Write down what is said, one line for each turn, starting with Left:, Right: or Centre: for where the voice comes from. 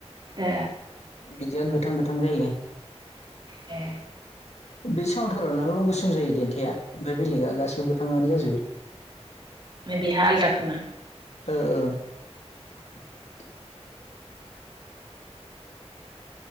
Right: ए
Left: बिदिया गोथां गोथां जायो
Right: ए
Left: बे सावथारावनानैल' गोसोम जायो देन्था ओमफ्राय बेलेगा गासिबो गोथाङानो जाजोबो
Right: बिहा आलदा खोमा
Left: ओ ओ <inaudible>